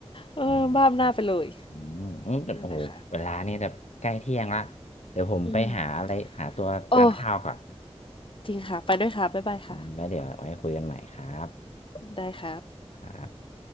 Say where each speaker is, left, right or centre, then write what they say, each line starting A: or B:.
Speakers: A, on the left; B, on the left.
A: เออบ้าอำนาจไปเลย
B: ใช่ อืมอืมแต่โอ้โหเวลานี่แบบใกล้เที่ยงละ
A: นั่นแหละค่ะ
B: เดี๋ยวผมไปหาอะไรหาตัวทานข้าวก่อน
A: อืมโอ้จริงค่ะไปด้วยค่ะ บ๊ายบายค่ะ
B: ไว้เดี๋ยวไว้คุยกันใหม่ครับ
A: ได้ครับ
B: ครับ